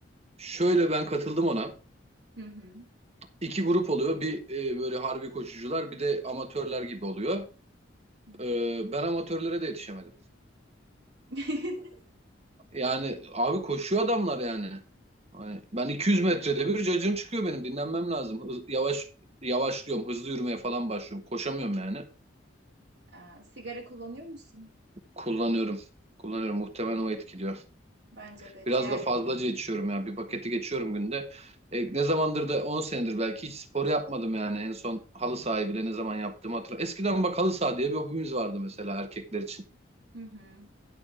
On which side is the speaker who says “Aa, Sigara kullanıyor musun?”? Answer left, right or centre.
Right